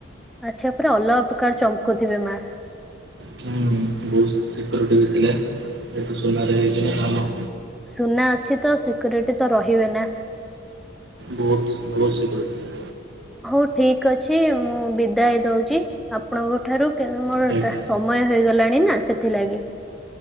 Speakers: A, in the centre; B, on the right.
A: ଆଚ୍ଛା ପୁରା ଅଲଗା ପ୍ରକାର ଚମକୁଥିବେ ମା।
B: ହୁଁ, ବହୁତ ସିକ୍ୟୁରିଟି ବି ଥିଲେ ଯେହେତୁ ସୁନାରେ ହେଇଛି ନା କାମ।
A: ସୁନା ଅଛି ତ ସିକ୍ୟୁରିଟି ତ ରହିବେ ନା।
B: ବହୁତ ବହୁତ ସିକ୍ୟୁରିଟି। ଥିଲା
A: ହଉ ଠିକ ଅଛି ମୁଁ ବିଦାୟ ଦଉଛି ଆପଣଙ୍କ ଠାରୁ କା-ମୋର
B: ସେଇଟା
A: ଟା ସମ ମୟ ହେଇଗଲାଣି ନା ସେଥିଲାଗି।